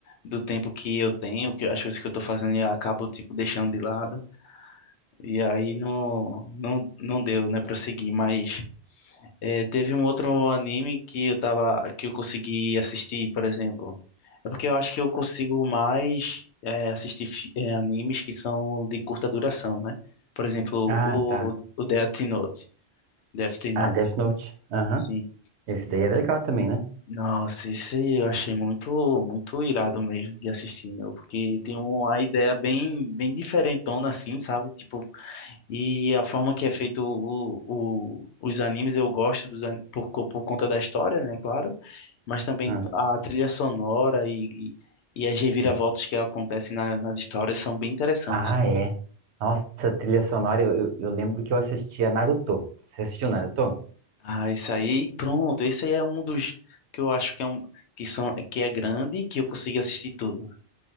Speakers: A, on the left (about 85°); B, on the right (about 80°).
A: do tempo que eu tenho, que as coisas que eu tô fazendo eu acabo tipo deixando de lado. E aí não não, não deu, né, para seguir, mas é, teve um outro anime que eu tava que eu consegui assistir, por exemplo. É porque eu acho que eu consigo mais é, assistir fi- é, animes que são de curta duração, né? Por exemplo,
B: Ah,
A: o
B: tá.
A: o Death Note, Death Note.
B: Ah, Death Note, aham.
A: Sim.
B: Esse daí é legal também, né?
A: Nossa, esse eu achei muito, muito irado mesmo de assistir, meu, porque tem uma ideia bem, bem diferentona assim, sabe? Tipo, e a forma que é feito o, o, os animes, eu gosto dos, an- por, co- por conta da história, né, claro, mas também
B: Ah,
A: a trilha sonora e, e, e as reviravoltas que acontecem na- nas histórias são bem interessantes.
B: Ah, é. Nossa, a trilha sonora, eu, eu eu lembro que eu assistia Naruto. Você assistiu Naruto?
A: Ah, esse aí, pronto, esse aí é um dos que eu acho que é um, que são, que é grande e que eu consigo assistir tudo.